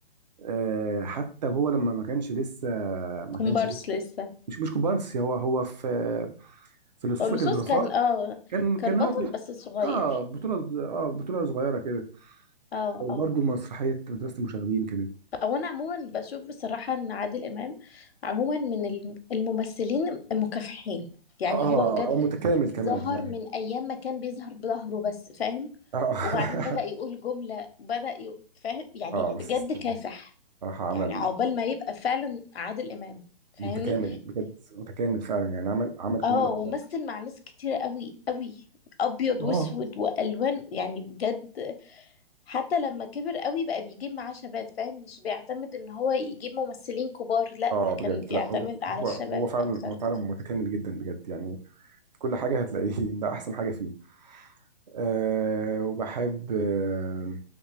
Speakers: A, on the right; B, on the left.
A: آه حتى وهو لما ما كانش لسه ما
B: كومبارس
A: كانش لسه
B: لسه
A: مش مش كوبانس هو هو في في لصوص
B: لصوص
A: لكن ظرفاء
B: كان اه
A: كان
B: كان
A: كان
B: بطل
A: هو ب-
B: بس صغير
A: اه بطوله اه بطوله صغيره كده
B: اه
A: وبرضو
B: اه
A: مسرحيه مدرسه المشاغبين كانت
B: او انا عموما بشوف بصراحه ان عادل امام عموما من الم- الممثلين المكافحين يعني
A: اه
B: هو بجد
A: آه، متكامل كمان
B: ظهر
A: يعني
B: من ايام ما كان بيظهر بظهره بس فاهم
A: اه <laughs>
B: وبعدين بدأ يقول جمله بدأ ي... فاهم يعني
A: اه
B: بجد
A: بس
B: كافح
A: صراحة عمل
B: يعني عقبال ما يبقى فعلا عادل امام فاهمني
A: متكامل بجد متكامل فعلا يعني عمل عمل كل
B: اه
A: الأدوار
B: ومثل مع ناس كتير قوي قوي ابيض
A: اه
B: واسود والوان يعني بجد حتى لما كبر قوي بقى بيجيب معاه شباب فاهم مش بيعتمد ان هو يجيب ممثلين كبار لا
A: اه بجد
B: كان بيعتمد
A: لا هو
B: على الشباب
A: هو هو فعلا
B: اكتر
A: هو فعلا متكامل جدا بجد يعني في كل حاجة هتلاقيه <laughs> ده أحسن حاجة فيه أه وبحب أه